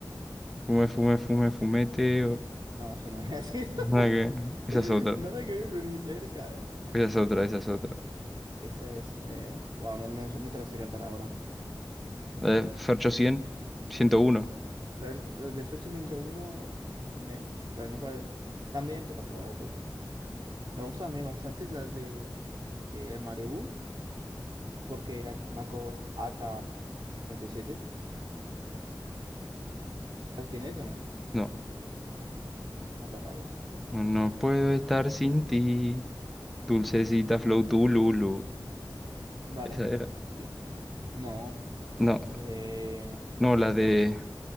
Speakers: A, in the centre; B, on the right.
A: Fume, fume, fume, fumete. o-
B: No, si no había sido
A: nada
B: <laughs>
A: que- Esa es otra.
B: Nada que ver, pero ni cerca, ¿eh?
A: Esa es otra, esa es otra.
B: Esa es, eh, bueno, no, no, sé- no te la sé cantar ahora.
A: La de Fercho 100, 101.
B: First- los de First 101 me, pero no pare... También, pero tampoco una locura. Me gustan a mí bastante las de eh, Malibu, porque a- va con ak siete ¿Sabes quién es o no?
A: No.
B: No te falta calle.
A: No no puedo estar sin ti. Dulcecita Flow lulu
B: Vale.
A: Esa era.
B: Y, no.
A: No,
B: Eh,
A: no, la de.